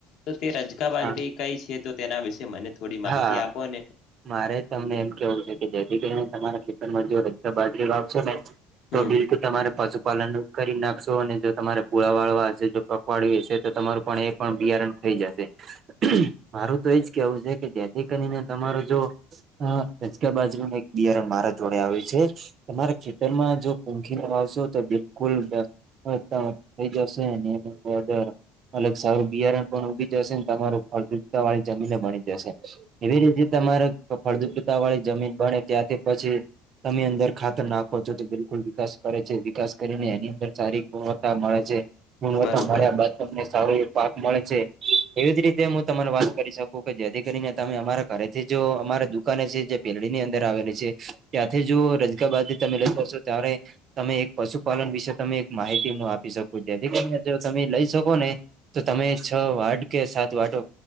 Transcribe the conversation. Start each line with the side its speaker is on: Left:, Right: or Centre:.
Left: તો તે રજકા બાજરી
Right: હા
Left: કઈ છે. તો તેના વિશે મને થોડી માહિતી
Right: હા
Left: આપો ને
Right: મારે તમને એમ કેવું છે કે જેથી કરીને તમારા જો રજકા બાજરી વાવશો ને
Left: હમ
Right: તો બિલકુલ તમારે પશુપાલનનુ કરી નાખશો અને જો તમારે પુળા વાળવા હશે પખવાડ્યું હશે તો તમારું પણ એ પણ બિયારણ થઈ જશે. મારું તો એજ કેવું છે કે જેથી કરીને તમારો જો. <unintelligible> બાજુનો એક <unintelligible> મારા જોડે આવી છે. તમારા ખેતરમાં જો <unintelligible> તો બિલકુલ <unintelligible> થઈ જશે અને એનો હળદર અલગ સારું બિયારણ પણ ઉગી જશે ને તમારું ફળદ્વુપતા વાળી જમીન બની જશે. એવી રીતે તમારે ફળદ્વુપતા વાળી જમીન ભણે ત્યાંથી પછી તમે અંદર ખાતર નાખો છો તો બિલકુલ વિકાસ કરે છે વિકાસ કરીને એની અંદર સારી ગુણવત્તા મળે છે. ગુણવતા
Left: બરોબર
Right: મળ્યા બાદ. તમને સારું એવું પાક મળે છે એવી જ રીતે હું તને વાત કરી શકું કે જેથી કરીને તમે અમારા ઘરેથી જો અમારા દુકાને છે જે પેરડીની અંદર આવેલી છે ત્યાંથી જો રજકાબાજરી તમે લોકો આવ છો ત્યારે તમે એક પશુપાલન વિશે તમે એક માહિતી હું આપી શકું જેથી કરીને જો તમે લઈ શકો ને. તો તમે છ વાટ કે સાત વાટો